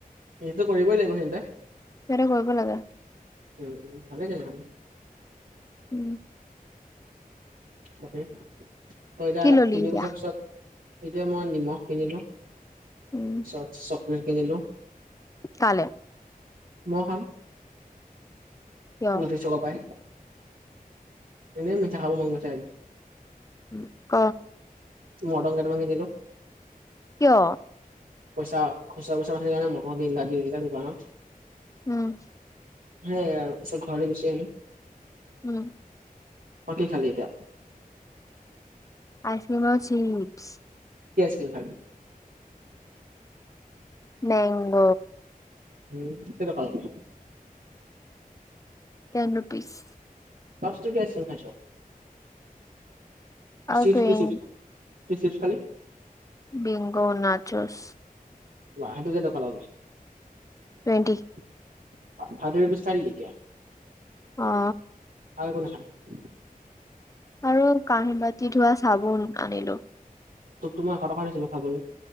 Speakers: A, on the right; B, on the left.
A: সেইটো কৰিবই লাগিব সিহতে?
B: সেইটো কৰিব লাগে।
A: উম উম ভালে যায় ভাল।
B: ওম।
A: বাকী? তই এতিয়া
B: কি ললি
A: তিনি
B: এতিয়া
A: বছৰ পিছত এতিয়া মই নিমখ কিনিলো।
B: উম
A: চ - চকলেট কিনিলো।
B: কালে
A: মই খাম
B: কিয়
A: নথি চকা পাই এনেই মিঠা খাব মন গৈছে আজি
B: উম ক
A: মটন কেইটা মান কিনিলো
B: কিয়
A: পইচা খুচৰা পইচা নাছিলে কাৰণে মতন তিনটা দি দিলে দোকানত
B: উম
A: সেইয়া আৰু পিছত ঘৰলে গুচি আহলো
B: উম
A: তই কি খালি এতিয়া
B: আইচক্ৰিম আৰু চিপছ
A: কি আছিল কালি
B: মেংগ
A: উম কেই টকা ললে
B: টেন ৰুপিছ
A: পাঁচ টকীয়া আইস্কিম খাইছ
B: আৰু
A: চিপছ
B: টুৱেন
A: কি চিপছ কি চিপছ খালি
B: বিংগো নাচোচ
A: বা সেইটো কেইটকা ললে
B: টুৱেণ্টি
A: <unintelligible>
B: অ
A: আৰু একো নাখালি
B: আৰু কাঁহি বাতি ধোৱা চাবোন আনিলো
A: তো তোমাক এশ টকা দিছিলো খাবলে